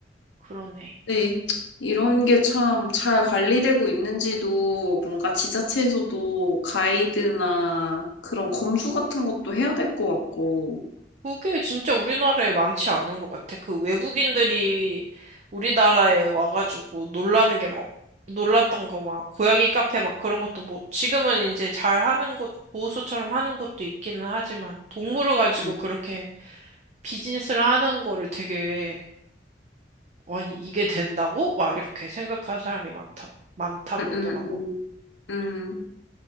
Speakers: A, on the right; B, on the left.
A: 그러네.
B: 네. 이런 게 참 잘 관리되고 있는지도 뭔가 지자체에서도 가이드나 그런 검수 같은 것도 해야 될 것 같고.
A: 그게 진짜 우리나라에 많지 않은 것 같아. 그 외국인들이 우리나라에 와가지고 놀라는 게 막, 놀랐던 거 막, 고양이 카페 막 그런 것도 뭐, 지금은 이제 잘 하는 곳, 보호소처럼 하는 곳도 있기는 하지만, 동물을 가지고
B: 응,
A: 그렇게 비즈니스를 하는 거를 되게, 아니, 이게 된다고? 막 이렇게 생각하는 사람이 많다, 많다 그러더라고.
B: 응, 응, 응. 응.